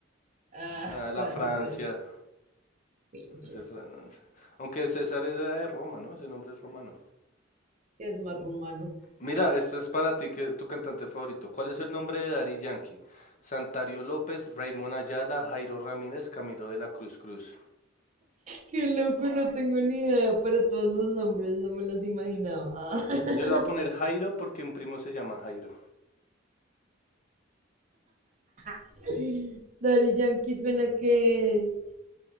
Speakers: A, on the right (about 40°); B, on the left (about 40°).
A: Ah,
B: Nada, la
A: francés,
B: Francia.
A: pinches.
B: Ese Fran- Aunque César era de Roma, ¿no? Ese nombre es romano.
A: Es más rumano.
B: Mira, esta es para ti, que tu cantante favorito. ¿Cuál es el nombre de Dari Yankee? Santario López, Raymond Ayala, Jairo Ramírez, Camilo de la Cruz Cruz.
A: Qué loco, no tengo ni idea para todos los nombres, no me los imaginaba. Ah.
B: Yo le voy a poner Jairo porque un primo se llama Jairo.
A: <laughs> Daddy Yankee suena que.